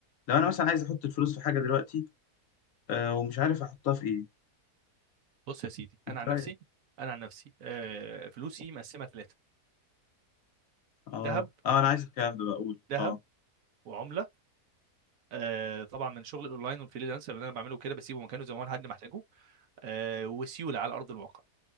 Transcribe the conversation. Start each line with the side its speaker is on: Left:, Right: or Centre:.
Left: لو انا مثلا عايز احط الفلوس في حاجه دلوقتي آه، ومش عارف احطها في ايه
Right: بص يا سيدي انا
Left: انت
Right: عن نفسي
Left: رايك
Right: انا عن نفسي آه فلوسي مقسمه ثلاثه
Left: اه
Right: ذهب
Left: اه انا عايز الكلام ده بقى اقول
Right: ذهب
Left: اه
Right: وعمله آه طبعا من شغل الاونلاين والفريلانسر اللي انا بعمله كده بسيبه مكانه زي ما هو لحد ما احتاجه آه وسيوله على ارض الواقع